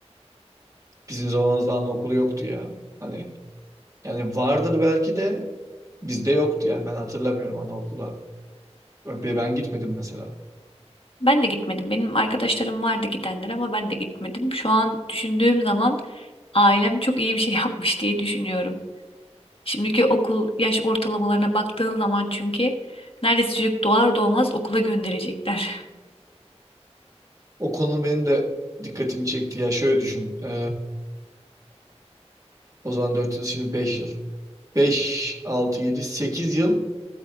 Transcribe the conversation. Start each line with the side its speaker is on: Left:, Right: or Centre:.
Right: Bizim zamanımızda anaokulu yoktu ya. Hani yani vardır belki de bizde yoktu yani ben hatırlamıyorum anaokula. Ben ben gitmedim mesela.
Left: Ben de gitmedim. Benim arkadaşlarım vardı gidenler ama ben de gitmedim. Şu an düşündüğüm zaman ailem çok iyi bir şey <laughs> yapmış diye düşünüyorum. Şimdiki okul yaş ortalamalarına baktığın zaman çünkü neredeyse çocuk doğar doğmaz okula gönderecekler.
Right: O konu benim de dikkatimi çekti ya. Şöyle düşün. Ee, o zaman dört yıl şimdi 5 yıl. beş altı yedi 8 yıl